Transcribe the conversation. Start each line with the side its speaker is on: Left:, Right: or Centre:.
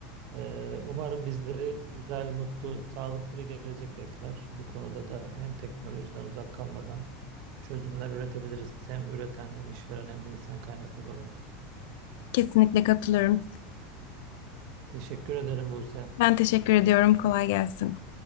Right: Ee, Umarım bizleri güzel, mutlu, sağlıklı bir gelecek bekler. Bu konuda da hem teknolojiden uzak kalmadan çözümler üretebiliriz. Hem üreten hem işveren hem de insan kaynakları olarak.
Left: Kesinlikle katılıyorum.
Right: Teşekkür ederim Buse.
Left: Ben teşekkür ediyorum. Kolay gelsin.